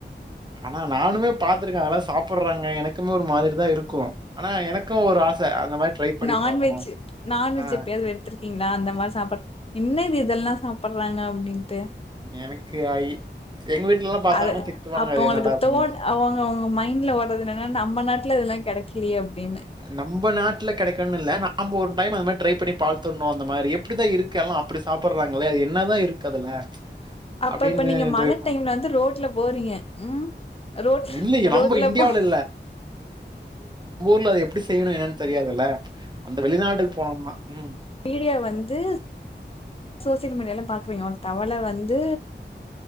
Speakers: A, on the right; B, on the left.
A: அனா நானுமே பாத்திருக்கே அதெல்லா சாப்புட்றாங்க எனக்குமே ஒரு மாதிரிதா இருக்கூ ஆனா எனக்கூ ஒரு ஆச அந்த மாரி ட்ரை பண்ணி
B: நான்வெஜ்ஜு
A: பாக்கணும்.
B: நான்வெஜ்
A: ஆ.
B: எப்பயாது வ எடுத்திருக்கீங்ளா அந்த மார சாப்பட்ற் இன்னு இது இதெல்லா பட்றாங்க அப்டின்ட்டு
A: எனக்கு ஐ எங்க வீட்லலாம் பாத்தாங்கன்னா
B: அது
A: திட்டுவாங்க
B: அப்ப
A: அது
B: அவுங்களுக்கு
A: என்னடா அப்டின்னு.
B: தோண் அவங்க அவங் மைண்ட்ல ஓட்றது என்னன்னா நம்ப நாட்ல இதல்லா கெடக்கிலியே அப்டின்
A: நம்ப நாட்ல கெடைக்குனுன் இல்ல நாம்ப ஒரு பைம் அந்த மார் ட்ரை பண்ணி பால்துண்ணு அந்த மாரி எப்டிதா இருக்கு எல்லா அப்டி சாப்பட்றாங்களே என்னதா இருக்கு அதுல
B: அப்ப
A: அப்டின்னு
B: இப்ப நீங்க மழ
A: ட்ரை பண்ணேன்.
B: டைம்ல வந்து ரோட்ல போறீங்க ம் ரோட்
A: இல்ல
B: ரோட்ல
A: நம்ம இந்தியாவுல
B: போ
A: ட்ல அது எப்டி செய்ணு என்னன் தெரியாதுல்ல அந்த வெளிநாடுக் போனம்னா ம்
B: மீடியா வந்து சோசியல் மீடியாலா பாக்குவீங்க ஒரு தவளை வந்து